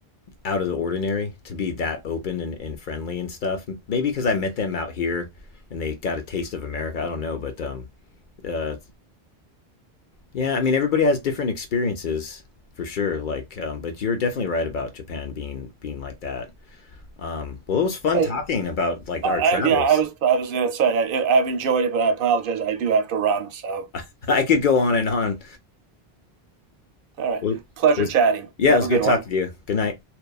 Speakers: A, on the left (about 60°); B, on the right (about 65°).
A: out of the ordinary to be that open and, and friendly and stuff. Maybe because I met them out here and they got a taste of America. I don't know, but um, uh, yeah, I mean, everybody has different experiences for sure. Like, um, but you're definitely right about Japan being being like that. Um, well, it was fun
B: hey,
A: talking about like
B: I,
A: our
B: I
A: travels.
B: yeah, I was I was gonna say I, I've enjoyed it, but I apologize. I do have to run. So
A: <laughs> I could go on and on.
B: all right,
A: Well,
B: pleasure
A: it was,
B: chatting.
A: yeah,
B: Have
A: it was
B: a
A: good
B: good
A: talking
B: one.
A: to you. Good night.